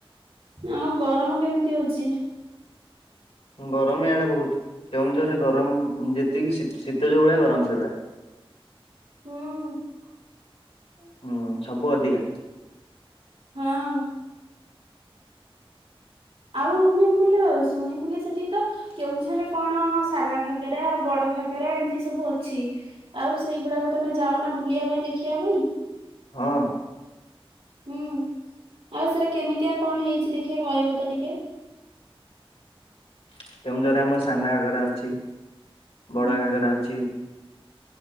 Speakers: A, on the right; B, on the left.
A: ଆଁ ଗରମ କେମିତି ହଉଛି?
B: ଗରମ ଏଇଆଡେ ବହୁତ କେଉଁଝରରେ ଗରମ ଯେତିକି ଶୀତ ଯୋଉଭଳିଆ ଗରମ ସେଇଭଳିଆ।
A: ହୁଁ।
B: ହୁଁ ସବୁ ଅଧିକା
A: ହଁ। ଆଉ ମୁଁ ବୋ ଶୁଣିଥିଲି ସେଠି ତ କେଉଁଝରେ କଣ ସାନ ଘାଗେରା ବଡ ଘାଗେରା ଏମିତି ସବୁ ଅଛି। ଆଉ ସେଇଗୁଡାକୁ ତମେ ଯାଅ ନା ବୁଲିବା ପାଇଁ ଦେଖିବା ପାଇଁ?
B: ହଁ।
A: ହୁଁ ଆଉ ସେଇରା କେମିତିଆ କଣ ହେଇଛି ଦେଖିଆ କହିବ ତ ଟିକେ
B: କେଉଁଝରରେ ଆମର ସାନ ଘାଗରା ଅଛି। ବଡ
A: ହୁଁ
B: ଘାଗର ଅଛି